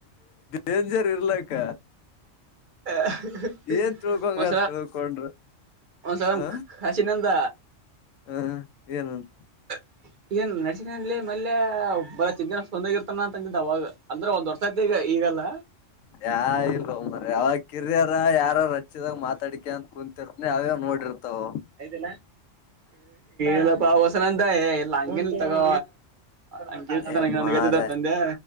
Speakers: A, on the left; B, on the right.
A: ಡೇಂಜರ್ ಇರ್ಲಕ್ಕ
B: ಹೇ ಹ <unintelligible>
A: ಏನ್ ತಿಳ್ಕೊಂಗಾರ ತಿಳ್ಕೊಂಡ್ರ
B: ಒಂದ್ಸ
A: ಆ
B: ಹಸಿನಂದ
A: ಹ ಏನಂತ
B: ಹ <unintelligible> ಏನ್ ನಡಸಿನ ಅಲ್ಲಿ ಮಲ್ಲೆ ಒಬ್ಬ ಚಿನ್ ಜನ ಸಂದಗ ಇರ್ತಾನ ಅಂತಂದಿದ್ದ ಅವಾಗ ಅಂದ್ರೆ ಒಂದ್ ವರ್ಷತಿ ಈಗ ಎಲ್ಲ
A: ಯಾ ಇಲ್ಲ್ರ ಯಾವಾಗ ಕಿರಿಯರ ಯಾರ ರಚ್ಚಿದಾಗ ಮಾತಾಡಿಕೆ ಅಂತ ಕುಂತತಿರ್ತನಿ ಅವೇ ನೋಡಿ <unintelligible>
B: ಆಯ್ತಿಲ್ಲ ಇಲ್ಲಪ್ಪ ಹೊಸನಂತ ಎಲ್ಲ ಹಂಗಗೆನ್ ತಗೋ ಹಂಗ ಕೇಳ್ತಂ
A: ಏ
B: ನನ್ಗೆದ
A: ಮಾರ
B: ಅಂದೆ